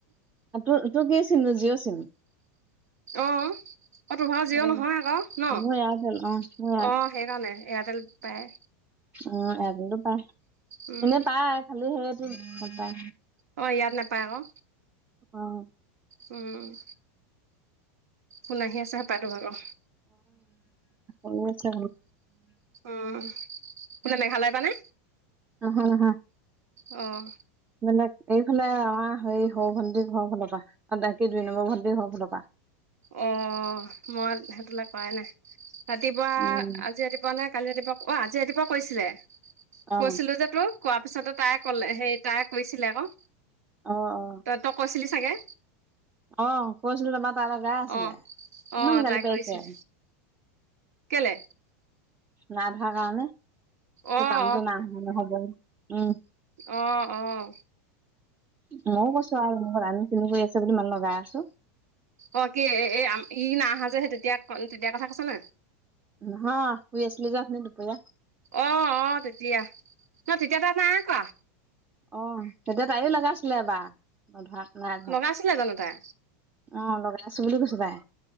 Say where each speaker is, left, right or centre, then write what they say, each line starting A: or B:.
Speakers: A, on the right (about 20°); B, on the right (about 85°).
A: তোৰ তোৰ কি চিম যিও চিম।
B: অহ। অ‌হ তটোভাৰ জিঅ'
A: অ
B: নহয় আকৌ ন অ'
A: মোৰ এয়াৰটেল মোৰ
B: সেইকাৰণে এয়াৰটেল পায়।
A: অহ এজনো পায়
B: উম,
A: এনেই পায় খালি সেইটো গম পায়।
B: অহ ইয়াত নাপায় আকৌ।
A: অহ।
B: উম। কোন আহি আছেহে পাৰো আৰু।
A: অহ আছে।
B: অহ বোলে মেঘালয় পানে।
A: অ', হয় হয়া।
B: অহ।
A: বেলে এইফালে আমাৰ সেই সৰু ভণ্টিৰ ঘৰৰ ফালৰ পৰা ডী দুই নম্বৰ ভণ্টিৰ ঘৰ ফালৰ পৰা।
B: অ', মই সেইটো লে কৰাই নাই ৰাতিপুৱা
A: উম
B: আজি ৰাতিপুৱা নে। কালি ৰাতিপুৱা অ আজি ৰাতিপুৱা কৈছিলে
A: অ
B: কৈছিলোঁ যে। তো কোৱা পিছতে তাই কলে সেই তাই কৈছিলে আকৌ।
A: অহ।
B: তই তই কৈছিলি চাগৈ।
A: অহ কৈছিলো তোমাৰ তাল গা আছিলে
B: অ',
A: কিমান
B: অ', তাই
A: গালি পাইিছে।
B: কৰিছিল কেলে।
A: না ধোৱা কাৰণে ত
B: অ',
A: কামটো না হোৱা নহ'ব উম।
B: আহ অহ।
A: মইয়ও কৈছো আৰু ম আ কিনি কৰি আছে বুলি মান লগাই আছো।
B: অ কি এ ই নাহা যেহে তেতিয়া তেতিয়া কথা কৈছ ন।
A: হা উছলে যাত ন ৰপয়া।
B: অ অ তেতিয়া ন তেতিয়া তা নাই কোৱা।
A: অ তেতিয়া তাইও লগাইছিলে বাাৰ নধৰা নাই ধৰা।
B: লগাইছিলে জানো তাই
A: অ লগাই আছো বুলি কৈছো বাই।